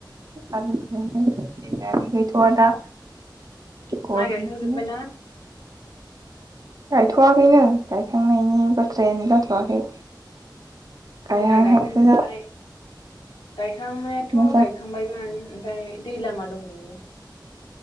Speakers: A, on the right; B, on the left.
A: आलुखौनोसै जेबो गैथ'वा दा गरमखाय
B: माइ गायखांजोब्बायना?
A: गायथ'वाखैनो गायखांनायनि बाथ्रायानो जाथ'वाखै गायहांहांसो
B: जोंहा गायखांजोब्बाय
A: जाबाय
B: गायखांनायाथ'
A: मोजां
B: गायखांबायमोन। ओमफ्राय दै लामा दंबावो।